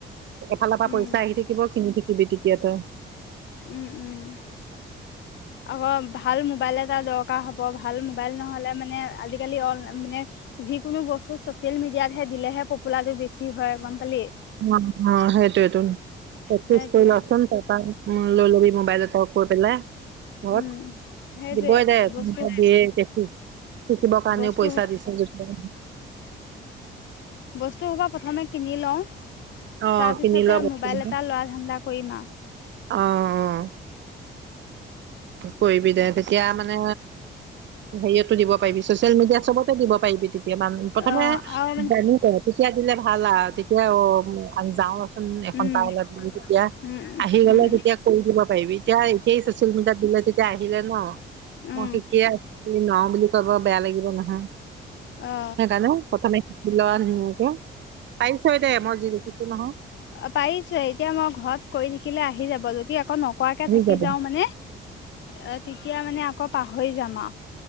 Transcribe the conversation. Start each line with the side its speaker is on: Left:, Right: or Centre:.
Right: এফালৰ পৰা
Left: উম
Right: পইচা আহি থাকিব। কিনি থাকিবি কিয়টো
Left: উম - উম। আকৌ ভাল মোবাইল এটা দৰকাৰ হ ব। ভাল মোবাইল নহ'লে মানে আজিকালি অনলাই- মানে যি কোনো বস্তু ছচিয়েল মিডিয়াতহে দিলেহে হে পপুলাৰটো বেছি হয়, গম পালি?
Right: অ' সেইটোৱেটো। প্ৰেক্টিছ
Left: সেইটোৱে
Right: কৰি ল'চোন <inaudible> উম লৈ লবি মোবাইল এটা, কৈ পেলাই। ঘৰত।
Left: উম সেইটোৱে
Right: দিবই দে।
Left: বস্তু
Right: <unintelligible> শিকিব কাৰণেও
Left: বস্তু
Right: পইচা দিছে যেতিয়া।
Left: বস্তুসোপা প্ৰথমে কিনি লওঁ।
Right: অ
Left: তাৰ
Right: কিনি
Left: পিছতে
Right: ল বস্তুবিলাক
Left: মোবাইল এটা লোৱা ধান্দা কৰিম আও।
Right: অ' - অ'। কৰিবি দে। তেতিয়া মানে হেৰি ইয়াটো দিব পাৰিবি, ছচিয়েল মডিয়া চবতে দিব পাৰিবি তে তিয়া। প্ৰথমে
Left: অ আৰু মানে
Right: জানি ল'। তেতিয়া দিলে ভাল আৰু। তেতিয়া অ' মানে আমি যা <unintelligible>
Left: উম
Right: তেতিয়া,
Left: উম
Right: আহি গলে
Left: উম উম
Right: তেতিয়া কৰি দিব পাৰিবি। এতিয়া- এতিয়াই ছচিয়েল মিডিয়াত যেতিয়া আহিলে ন'।
Left: উম
Right: মই শিকিয়ে আছোঁ। তুমি ন বুলি কব বেয়া লাগিব নহয়।
Left: অ
Right: সেইকাৰণে প্ৰথমে শিকি লোৱা <inaudible> পাইছই দে, মই যি দেখিছোঁ নহয়।
Left: অ' পাৰিছোঁৱে। এতিয়া মই ঘৰত কৰি থাকিলে, আহি যাব। যদি আকৌ নক কৰাকে
Right: হৈ
Left: থাকি
Right: যাব
Left: যাওঁ মানে, অ'- তেতিয়া মানে আকৌ পাহৰি যাম আও।